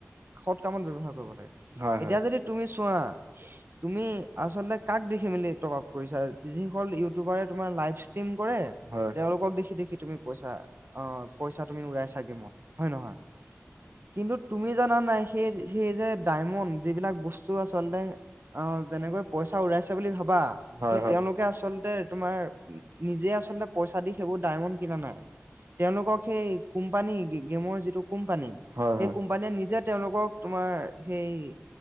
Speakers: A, on the right; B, on the right.
A: সৎ কামত ব্যৱহাৰ কৰিব লাগে
B: হয়
A: এতিয়া যদি তুমি চোৱা। তুমি আচলতে কাক দেখি মেলি তপা- কৰিছা যিসকল ইউটিউবাৰে তোমাৰ লাইভ ষ্টিম কৰে
B: হয় হয়
A: তেওঁলোকক দেখি দেখি তুমি পইচা- অঁ পইচা তুমি উৰাইচা গেমত হয় নহয় কিন্তু তুমি জা- না নাই সেই সেইয়ে যে- ডায়মণ্ড যিবিলাক বস্তু আচলতে অঁ যেনেকৈ পইচা উৰাইছে বুলি ভাবা-
B: হয়
A: সেই
B: হয় হয় হয়
A: তেওঁলোকে আচলতে তোমাৰ নিজে আচলতে পইচা দি সেইবোৰ ডায়মণ্ড কিনা নাই। তেওঁলোকক সেই কোম্পানী গিক গেমৰ যিটো কোম্পানী
B: হয়
A: সেই কোম্পানীয়ে নিজে তেওঁলোক তোমাৰ সেই-